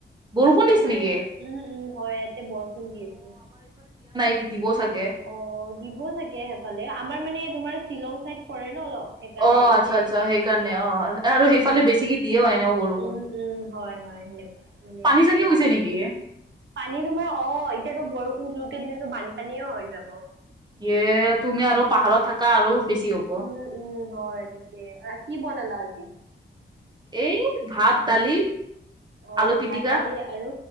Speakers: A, on the right (about 20°); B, on the right (about 65°).
A: বৰষুণ দিছে
B: আমাৰ
A: নেকি?
B: ইয়াত উম উম হয় ইয়াতে বৰষুণ দি আছে।
A: সি দিব চাগে
B: অ দিব চাগে সেইফালে আমাৰ মানে তোমাৰ শ্বিলং চাইদ পৰে ন অলপ সেইকাৰণে
A: অ আচ্ছা
B: মানে
A: আচ্ছা সেইকাৰণে অ আৰু
B: উম
A: সেইফালে বেছি কে দিয়েও এনেও বৰষুণ
B: উম উম হয় হয় সেনেকুৱা মানে
A: পানী
B: তোমাৰ
A: চানী হৈছে
B: এইফালে
A: নেকি হে
B: পানী তোমাৰ অ এতিয়াতো বৰষুণ জোৰকে দিলেতো বানপানীয়ে হৈ যাব।
A: এ তুমি আৰু পাহাৰত থাকা আৰু বেছি হ'ব।
B: উম, উম হয় তাকে আ কি বনালা আজি
A: এই ভাত দালি
B: অ
A: আলু পিটিকা
B: ভাত দালি আৰু